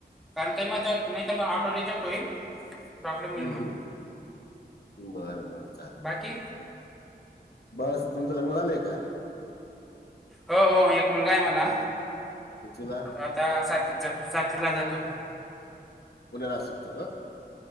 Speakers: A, in the centre; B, on the left.
A: कारण का म नाही तरला ऑटो रिजेक्ट होईल. प्रॉब्लेम होईल
B: हम्म
A: मग
B: हम्म बर बर चालेल.
A: बाकी
B: बस तुमचं लग्न झालंय का?
A: हो हो एक मुलगा आहे मला.
B: कितवीला
A: तो आता सातवी सातवीला जातो.
B: पुण्याला शिकतो का?